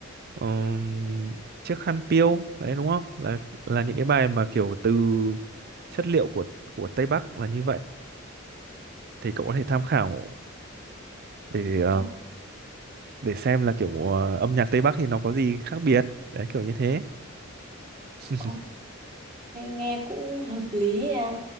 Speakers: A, on the right; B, on the right.
A: ừm, chiếc khăn piêu đấy đúng không? Là là những cái bài mà kiểu từ chất liệu của của Tây Bắc là như vậy thì cậu có thể tham khảo để
B: ok.
A: để xem là kiểu ờ, âm nhạc Tây Bắc thì nó có gì khác biệt đấy kiểu như thế <laughs>
B: Ok, nghe cũng hợp lý nha.